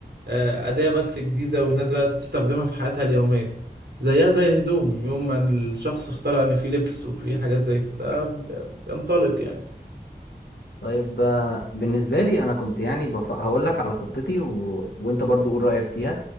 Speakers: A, on the right; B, on the left.
A: آه، اداه بس جديده والناس بقت تستخدمها في حياتها اليوميه زيها زي الهدوم يوم ما الشخص اخترع ان في لبس وفي حاجات زي كده ب- بينطلق يعني
B: طيب آه، بالنسبة لي انا كنت يعني بف... هقول لك على خطتي و... وانت برضو قول رأيك فيها